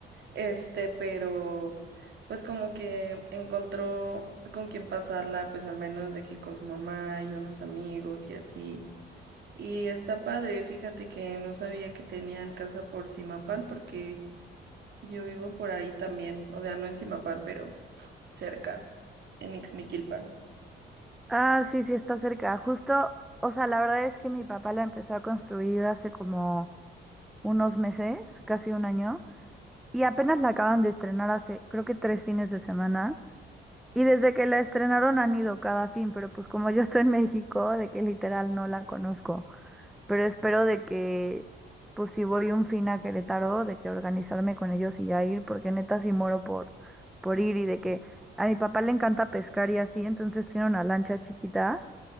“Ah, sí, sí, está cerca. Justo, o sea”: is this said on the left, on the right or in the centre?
Centre